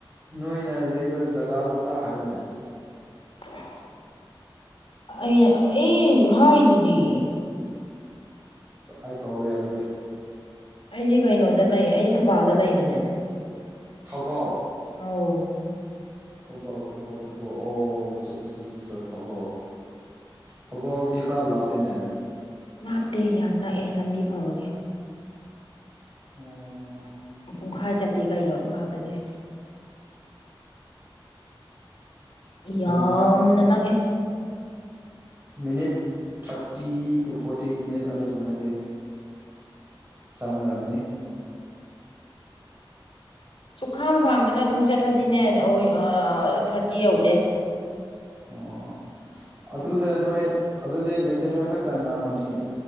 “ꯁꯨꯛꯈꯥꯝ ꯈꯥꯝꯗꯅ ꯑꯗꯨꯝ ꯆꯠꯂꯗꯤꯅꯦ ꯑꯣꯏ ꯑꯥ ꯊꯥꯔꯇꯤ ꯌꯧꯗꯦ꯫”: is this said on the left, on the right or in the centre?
Left